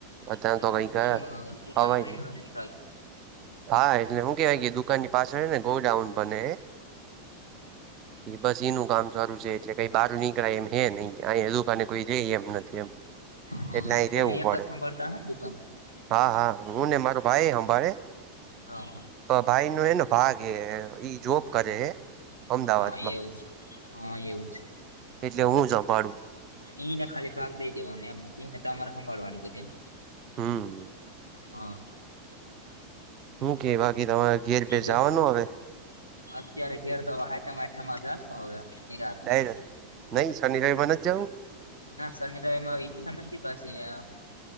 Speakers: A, on the right; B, on the left.
A: અત્યારે
B: હા,
A: તો કઈ ગયા
B: શું અ દુકાનમાં
A: અવાય
B: રિનોવેશન
A: નહી
B: ચાલતું.
A: હા, એટલે હુ કેવાય કે દુકાનની પાછળ હે ને ગોડાાઉન બને હે બસ ઈનું કામ ચાલુ છે. એટલે કઈ બહાર નીકળાય એમ હે નહી. અહીં દુકાને કોઈ રે એમ નથી એમ.
B: હા
A: એટલે અહીં
B: તમે
A: રેવું
B: એક
A: પડે
B: જ સાંભળતા હ ને દુકાન તો
A: હા હા. હું ને મારો ભાઈ હંભાળે.
B: હા હ.
A: તો ભાઈનો હેને ભાગ હે. ઈ જોબ કરે હે. અમદાવાદમાં
B: હા, એવું છે. હા, એવું છે.
A: એટલે હું જ હંભાળું.
B: ઈને ખાલી ભાગ દઈ દેવાનો એમ. ઈને તમારે હંભાળવાની બધી એમ.
A: હમ્મ.
B: હા.
A: હું કે બાકી તમારે ઘેર-બેર
B: એ તો
A: જાવાનું હવે?
B: અત્યારે ઘેર તો હવે હાતમ-આઠમમાં જાશું હવે નિરાતના
A: <unintelligible> નહી શનિ-રવિમાં નથ જાઉ.
B: ના, શનિ-રવિમાં ઈચ્છા નથી <unintelligible>